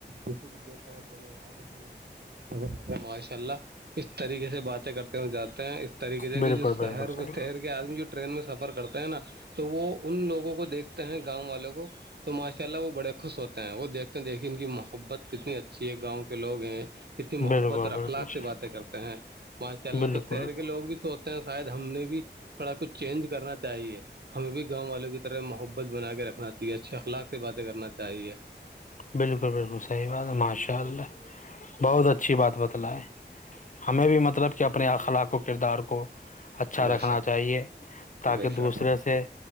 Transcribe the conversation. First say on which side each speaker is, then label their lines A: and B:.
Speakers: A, on the right; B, on the left.
A: جیسے کہ دو پانچ جنے آپس میں ر ماشاء اللہ اس طریقے سے باتیں کرتے ہیں جاتے ہیں اس طریقے سے
B: بالکل
A: کہ جو شہر
B: بالکل صحیح
A: شہر آدمی جو ٹرین میں سفر کرتے ہیں نا تو وہ ان لوگوں کو دیکھتے ہیں گاؤں والوں کو تو ماشاء اللہ وہ بڑے خوش ہوتے ہیں وہ دیکھتے ہیں دیکھے ان کی محبت کتنی اچھی ہے گاؤں کے لوگ ہیں کتنی محبت
B: بالکل
A: اور اخلاق
B: بالکل صحیح
A: سے باتیں کرتے ہیں ماشاء اللہ
B: بالکل
A: تو شہر کے لوگ بھی سوچ شاید ہم نے بھی تھوڑا کچھ چینج کرنا چاہیے ہمیں بھی گاؤں والوں کی طرح محبت بنا کے رکھنا چاہیے اچھے اخلاق سے باتیں کرنا چاہیے
B: بالکل بالکل صحیح بات ہے ماشاء اللہ بہت اچھی بات بتل ہے ہمیں بھی مطلب کہ اپنے اخلاق و کردار کو اچھا
A: بے
B: رکھنا
A: شک
B: چاہیے تاکہ
A: بے شک
B: دوسرے سے